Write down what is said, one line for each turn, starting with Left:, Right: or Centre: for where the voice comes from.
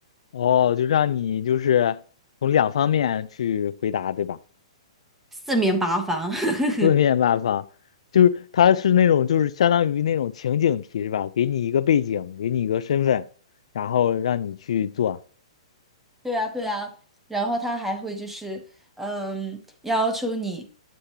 Left: 哦，就让你就是从两方面去回答，对吧？
Centre: 四面八方。<laughs>
Left: 四面八方，就是它是那种就是相当于那种情景题是吧？给你一个背景，给你一个身份，然后让你去做
Centre: 对啊，对啊，然后他还会就是，嗯，要求你，